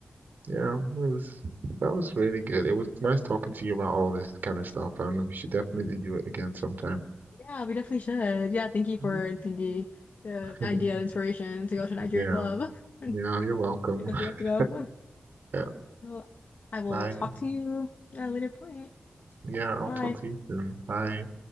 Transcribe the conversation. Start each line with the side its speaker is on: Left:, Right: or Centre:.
Right: yeah, it was that was really good. It was nice talking to you about all this kind of stuff, and we should definitely do it again sometime.
Left: Yeah, we definitely should. Yeah, thank you for
Right: Mm.
Left: the the
Right: <laughs>
Left: idea, inspiration to go to a Nigerian
Right: Yeah,
Left: club. <laughs> I
Right: yeah, you're welcome.
Left: guess
Right: <laughs>
Left: we have to go.
Right: Yeah,
Left: Well, I will
Right: bye.
Left: talk to you at a later point.
Right: Yeah, I'll
Left: Bye.
Right: talk to you soon. Bye.